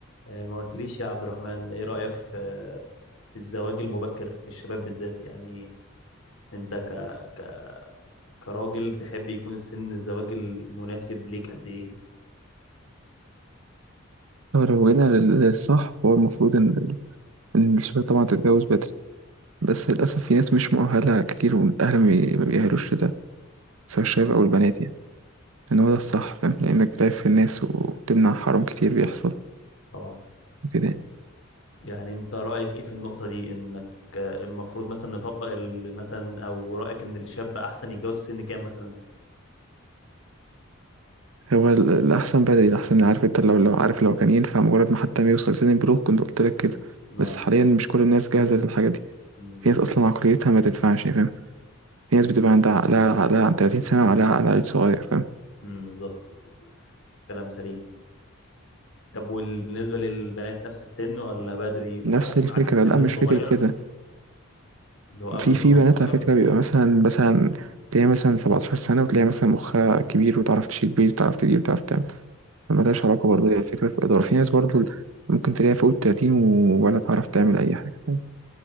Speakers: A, on the left; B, on the right.
A: آه، ما قلتليش يا عبد الرحمن ايه رأيك في في الزواج المبكر للشباب بالذات يعني انت ك... ك... كراجل تحب يكون السن الزواج المناسب ليك قد ايه
B: هو لو جينا لل- للصح فهو المفروض إن إن الشباب طبعا تتجوز بدري بس للأسف في ناس مش مؤهلة كتير والأهل ما بي- ما بيأهلوش لده سواء الشباب أو البنات يعني إن هو ده الصح فاهم لأنك بتعرف في الناس وبتمنع حرام كتير بيحصل
A: طبعا
B: وكده يعني.
A: يعني انت رأيك ايه في النقطة دي انك آه، المفروض مثلا نطبق ال... مثلا او رأيك ان الشاب احسن يتجوز في سن كام مثلا
B: هو ال- الأحسن بدري الأحسن عارف أنت لو لو عارف لو كان ينفع مجرد ما حتى ما يوصل سن البلوغ كنت قلت لك كده
A: ما
B: بس حاليا مش كل الناس جاهزة للحاجة دي
A: بالظبط
B: في ناس أصلا عقليتها ما تنفعش يعني فاهم في
A: م-
B: ناس بتبقى عندها عقلها عقلها عن 30 سنة وعقلها عقل عيل صغير فاهم
A: م- بالظبط كلام سليم طب وبالنسبة للبنات نفس السن ولا بدري
B: نفس
A: وعادي
B: الفكرة
A: معاك السن
B: لا مش
A: الصغير
B: فكرة كده
A: اللي هو قبل
B: في
A: ال
B: في
A: 18
B: بنات على فكرة بيبقى مثلا مثلا تلاقيها مثلا 17 سنة وتلاقيها مثلا مخها كبير وتعرف تشيل بيت وتعرف تدير وتعرف تعمل ملهاش علاقة برضه هي فكرة في الإدارة في ناس برضه ممكن تلاقيها فوق التلاتين و- ولا تعرف تعمل أي حاجة فاهم؟